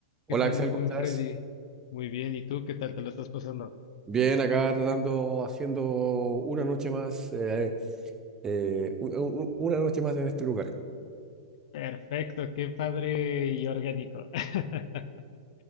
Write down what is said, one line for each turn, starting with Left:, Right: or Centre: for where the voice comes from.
Right: Hola
Left: ¿Qué tal,
Right: Axel,
Left: mi buen
Right: ¿cómo estás?
Left: Freddy? Muy bien, ¿y tú qué tal te lo estás pasando?
Right: Bien, acá tratando, haciendo una noche más, eh, eh, u- u- una noche más en este lugar.
Left: Perfecto, qué padre y orgánico. <laughs>